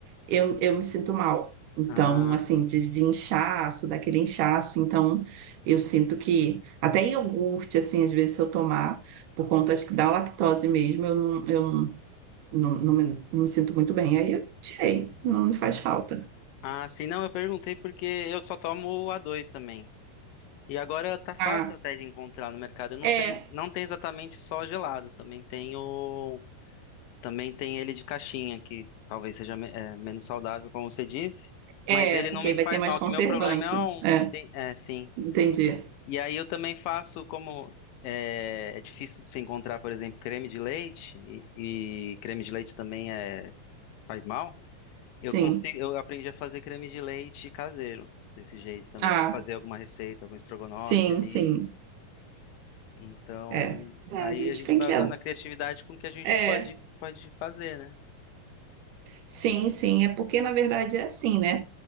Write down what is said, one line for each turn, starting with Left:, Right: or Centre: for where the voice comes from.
Right: eu, eu me sinto mal. Então,
Left: Ah,
Right: assim, de, de inchaço, daquele inchaço. Então, eu sinto que até iogurte, assim, às vezes, se eu tomar, por conta, acho que da lactose mesmo, eu não, eu não, não, me, não me sinto muito bem. Aí eu tirei, não me faz falta.
Left: Ah, sim, não, eu perguntei porque eu só tomo o a dois também. E agora tá fácil
Right: Ah,
Left: até de encontrar no mercado. Não
Right: é,
Left: tem, não tem exatamente só gelado, também tem o, também tem ele de caixinha, que talvez seja me- é, menos saudável, como você disse,
Right: é,
Left: mas ele
Right: porque
Left: não me
Right: aí vai
Left: faz
Right: ter mais
Left: mal,
Right: conservante.
Left: que meu problema é um,
Right: É,
Left: enten- é, sim.
Right: entendi.
Left: E aí eu também faço como é, é difícil de se encontrar, por exemplo, creme de leite e, e creme de leite também é faz mal.
Right: Sim.
Left: Eu consigo, eu aprendi a fazer creme de leite caseiro, desse jeito também,
Right: Ah,
Left: para fazer alguma receita, algum estrogonofe
Right: sim,
Left: ali.
Right: sim.
Left: Então,
Right: É. É,
Left: aí
Right: a gente
Left: a gente
Right: tem
Left: vai
Right: que.
Left: usando a criatividade com o que a gente
Right: É,
Left: pode, pode fazer, né?
Right: Sim, sim, é porque na verdade é assim, né?